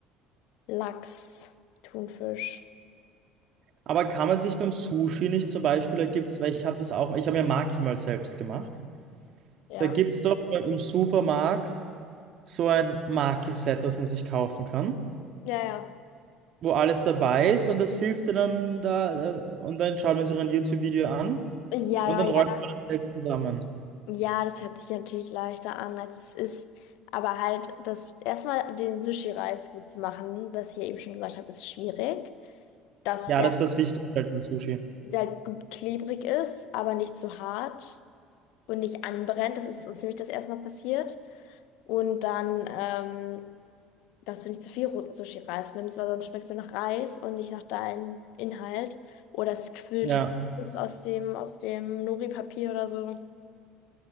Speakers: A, on the left; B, on the right.
A: Lachs, Thunfisch.
B: Aber kann man sich beim Sushi nicht zum Beispiel, da gibt's, weil ich habe das auch, ich habe mir Maki mal selbst gemacht.
A: Ja.
B: Da gibt es doch im Supermarkt so ein Maki-Set, das man sich kaufen kann,
A: Ja, ja.
B: wo alles dabei ist und das hilft dir dann da, äh, und dann schaut man sich ein YouTube-Video an
A: Ja,
B: und dann
A: ja.
B: rollt man das selbst zusammen.
A: Ja, das hört sich natürlich leichter an, als es ist. Aber halt, das erstmal den Sushi-Reis gut zu machen, was ich ja eben schon gesagt habe, ist schwierig. Dass
B: Ja,
A: der
B: das ist das Wichtigste halt beim Sushi.
A: der halt gut klebrig ist, aber nicht zu hart und nicht anbrennt. Das ist uns nämlich das erste Mal passiert. Und dann, ähm, dass du nicht zu viel Ro- Sushi-Reis nimmst, weil sonst schmeckt es nur nach Reis und nicht nach deinem Inhalt. Oder es quillt
B: Ja.
A: raus aus dem, aus dem Nori-Papier oder so.